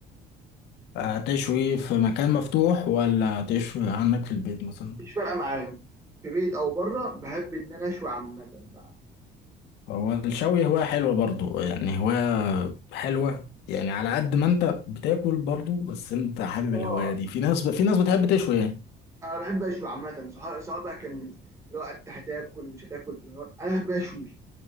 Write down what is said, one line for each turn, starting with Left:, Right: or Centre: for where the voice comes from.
Left: آه، تشوي في مكان مفتوح ولا تشوي عندك في البيت مثلا
Right: مش فارقه معايا في بيت او بره بحب ان انا اشوي عامه بقى
Left: هو الشوي هواية حلوة برضو يعني هواية حلوة يعني على قد ما انت بتاكل برضو بس انت حابب
Right: اه
Left: الهواية دي في ناس ب... في ناس بتحب تشوي يعني
Right: انا بحب اشوي عامه سواء سواء بقى كان لو انت هتاكل مش هتاكل في النهار انا بحب اشوي